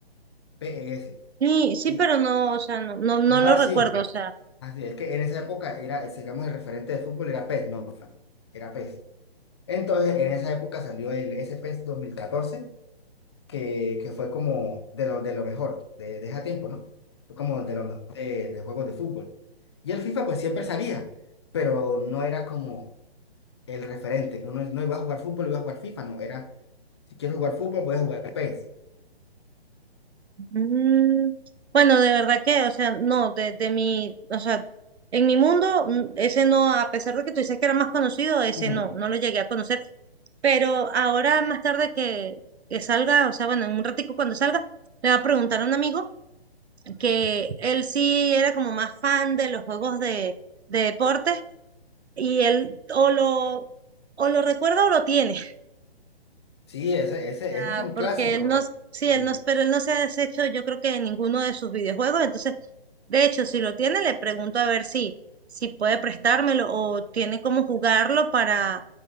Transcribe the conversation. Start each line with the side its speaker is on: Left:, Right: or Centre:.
Left: P e s
Right: Sí, sí,
Left: Y,
Right: pero no, o sea, no, no, no
Left: ajá,
Right: lo recuerdo,
Left: sí,
Right: o sea,
Left: así es que en esa época era, eh, digamos, el referente de fútbol era PES, no FIFA, era PES. Entonces, en esa época salió el S pes dos mil catorce que, que fue como de lo, de lo mejor, de, de ese tiempo, ¿no? Fue como de lo mejor de, de juegos de fútbol. Y el FIFA pues siempre salía, pero no era como el referente, que uno no iba a jugar fútbol, iba a jugar FIFA, no, era, si quiero jugar fútbol, voy a jugar PES.
Right: mm, bueno, de verdad que, o sea, no, de, de mi, o sea, en mi mundo, mm, ese no, a pesar de que tú dices que era más conocido, ese
Left: Mm,
Right: no, no lo llegué a conocer, pero ahora más tarde que, que salga, o sea, bueno, en un ratico cuando salga, le va a preguntar a un amigo que él sí era como más fan de los juegos de, de deportes y él o lo, o lo recuerda o lo tiene,
Left: sí, ese, ese,
Right: ah,
Left: ese es un clásico.
Right: porque él no, sí,
Left: Sí,
Right: él no, pero él no se ha deshecho yo creo que de ninguno de sus videojuegos, entonces, de hecho, si lo tiene, le pregunto a ver si, si puede prestármelo o tiene cómo jugarlo para,